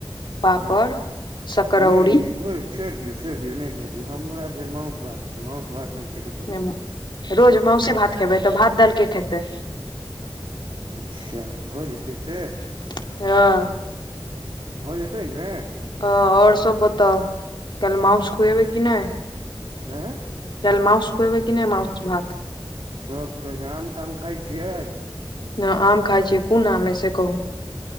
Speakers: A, on the left; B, on the right.
A: पापड़
B: हँ
A: सकरौरी
B: नहि नहि भोज छोड़ि दियौ छोड़ि दियौ नहि भेजू हमरा भेल मास भात छै मासु भात नहि छै तऽ कोइ
A: ने-
B: बात
A: रोज माउस भात खेबै तऽ भात दाइल के खेतै
B: अच्छा भऽ जेतै से
A: हं
B: भऽ जेतै ने
A: अ ओर सब बताउ काल्हि मउस खुएबै कि नहि
B: हं
A: कल माउस खुएबै कि नय माउस भात
B: सब खुएबई आम ताम खाइ छियै
A: न आम खााय छियै कोन आम ह से कहू